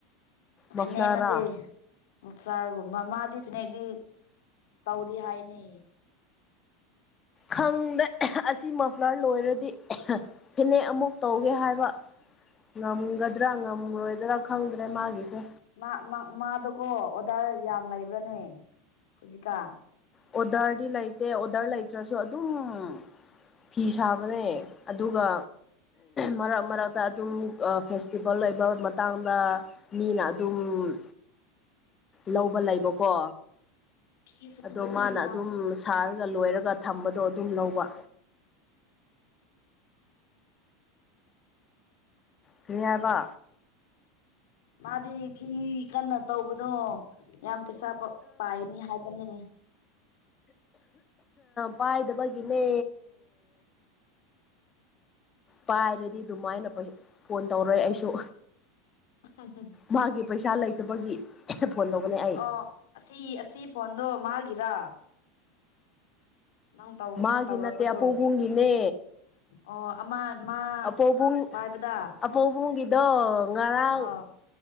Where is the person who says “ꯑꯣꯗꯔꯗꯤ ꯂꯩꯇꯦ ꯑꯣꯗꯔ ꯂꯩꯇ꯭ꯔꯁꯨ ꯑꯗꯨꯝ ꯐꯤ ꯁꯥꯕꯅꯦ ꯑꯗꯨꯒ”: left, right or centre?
Left